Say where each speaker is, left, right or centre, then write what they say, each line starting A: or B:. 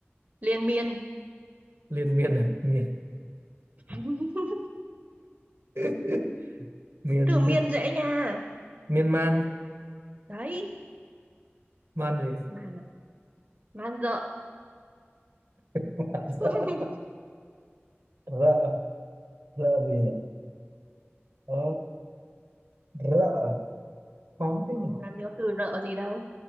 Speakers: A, on the right; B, on the right.
A: liên miên
B: liên miên à miên
A: <laughs>
B: <laughs> miên
A: từ miên dễ nha
B: miên man
A: đấy
B: man gì
A: man à, man rợ
B: man rợ
A: <laughs>
B: rợ rợ gì nhỉ ờ, rợ khó thế
A: Ừ,
B: nhỉ
A: làm gì có từ rợ gì đâu